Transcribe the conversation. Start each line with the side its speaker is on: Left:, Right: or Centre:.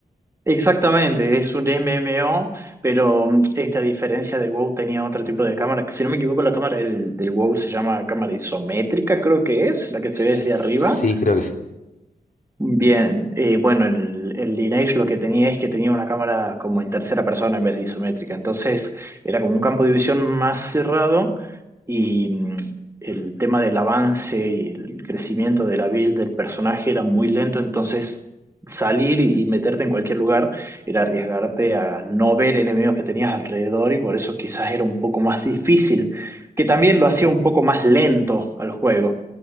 Right: Exactamente, es un MMO, pero mm, esta diferencia del WoW tenía otro tipo de cámara, que si no me equivoco la cámara del, del WoW se llama cámara isométrica, creo que es, la que se
Left: Sí,
Right: ve desde arriba,
Left: creo que sí.
Right: Bien, eh, bueno, el, el Lineage lo que tenía es que tenía una cámara como en tercera persona en vez de isométrica, entonces era como un campo de visión más cerrado y mm, el tema del avance y el crecimiento de la build del personaje era muy lento, entonces salir y y meterte en cualquier lugar era arriesgarte a no ver enemigos que tenías alrededor y por eso quizás era un poco más difícil, que también lo hacía un poco más lento al juego.